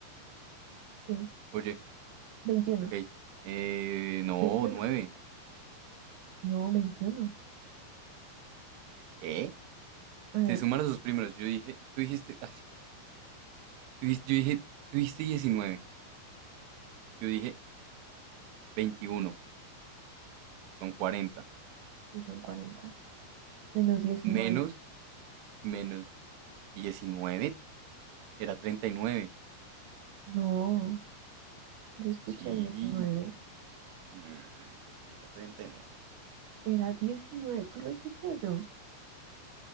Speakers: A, on the right; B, on the right.
A: Sí,
B: Oye,
A: veintiuno
B: ok. Eh, no,
A: veintiuno
B: 9.
A: No, veintiuno
B: ¿Qué?
A: A ver,
B: Se sumaron sus primeros. Yo dije, tú dijiste, ah, espera. Tú, dijiste- yo dije, tú dijiste diecinueve. Yo dije veintiuno. Son cuarenta.
A: sí son cuarenta Menos diecinueve
B: Menos, menos 19. Era 39.
A: No, yo escuché
B: Sí.
A: diecinueve
B: mm, era 39.
A: Era diecinueve ¿Tú lo dijiste o yo?